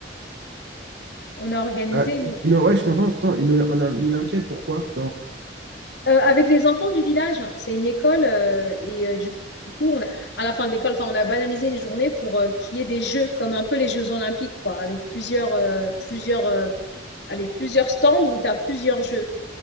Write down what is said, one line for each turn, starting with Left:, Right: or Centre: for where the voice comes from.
Left: On a organisé
Right: Ah,
Left: une...
Right: non, ouais, je t'entends, je t'entends. Une, Oly- en- une Olympiade, pourquoi? Dans...
Left: Euh, avec les enfants du village. C'est une école euh, et euh, du à la fin de l'école, enfin, on a banalisé une journée pour euh, qu'il y ait des jeux, comme un peu les Jeux Olympiques, quoi, avec plusieurs, euh, plusieurs, euh, allez, plusieurs stands où tu as plusieurs jeux.